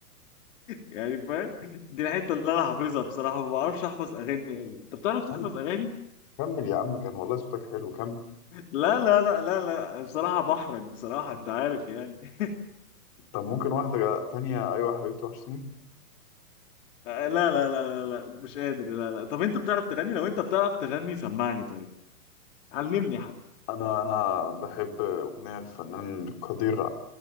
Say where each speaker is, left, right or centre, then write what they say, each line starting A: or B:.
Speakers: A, on the left; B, on the left.
A: يعني فاهم دي الحته اللي انا حافظها بصراحه ما بعرفش احفظ اغاني قوي انت بتعرف تحفظ
B: كم-
A: اغاني
B: كمل يا عم كان والله صوتك حلو كمل
A: لا لا لا لا لا بصراحه بحرج بصراحه انت عارف يعني
B: طب ممكن واحدة جا- تانية أيوة يا حبيبتي وحشتيني
A: آه، لا لا لا لا لا مش قادر لا لا طب انت بتعرف تغني لو انت بتعرف تغني سمعني طيب علمني حتى
B: أنا أنا بحب أغنية الفنان القدير